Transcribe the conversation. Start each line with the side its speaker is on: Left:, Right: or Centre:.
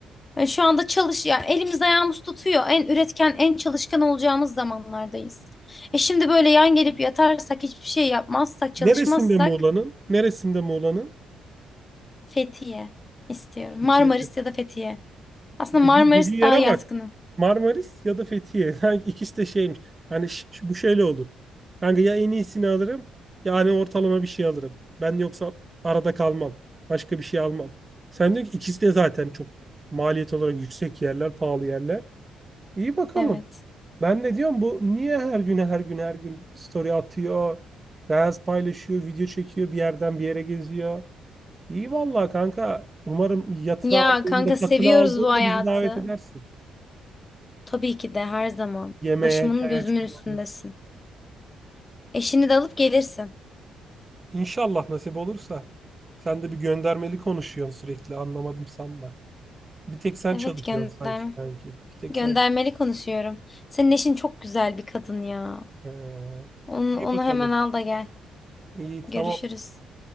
Left: E, şu anda çalış yani elimiz ayağımız tutuyor. En üretken, en çalışkan olacağımız zamanlardayız. E şimdi böyle yan gelip yatarsak, hiçbir şey yapmazsak, çalışmazsak
Right: Neresinde Muğla'nın? Neresinde Muğla'nın?
Left: Fethiye istiyorum.
Right: Fethiye.
Left: Marmaris ya da Fethiye. Aslında
Right: Dediği,
Left: Marmaris
Right: dediği yere
Left: daha yatkınım.
Right: bak. Marmaris ya da Fethiye. <laughs> Sanki ikisi de şeymiş. Hani ş- ş- bu şöyle olur. Kanka ya en iyisini alırım ya hani ortalama bir şey alırım. Ben yoksa arada kalmam. Başka bir şey almam. Sen diyorsun ki ikisi de zaten çok maliyet olarak yüksek yerler, pahalı yerler. İyi bakalım.
Left: Evet.
Right: Ben ne diyorum bu niye her güne her gün her gün story atıyor, reels paylaşıyor, video çekiyor, bir yerden bir yere geziyor. İyi vallahi kanka. Umarım yatını
Left: Ya
Right: aldığında,
Left: kanka seviyoruz
Right: katını aldığında
Left: bu hayatı.
Right: bizi davet edersin.
Left: Tabii ki de her zaman.
Right: Yemeğe,
Left: Başımın
Right: çaya
Left: gözümün
Right: çıkmaya.
Left: üstündesin. Eşini de alıp gelirsin.
Right: İnşallah nasip olursa. Sen de bir göndermeli konuşuyorsun sürekli. Anlamadım sanma. Bir tek sen
Left: Evet
Right: çalışıyorsun
Left: gönderme.
Right: sanki kanki. Bir tek
Left: Göndermeli
Right: sen.
Left: konuşuyorum. Senin eşin çok güzel bir kadın ya.
Right: Ee,
Left: Onu,
Right: iyi
Left: onu
Right: bakalım.
Left: hemen al da gel.
Right: İyi tamam.
Left: Görüşürüz.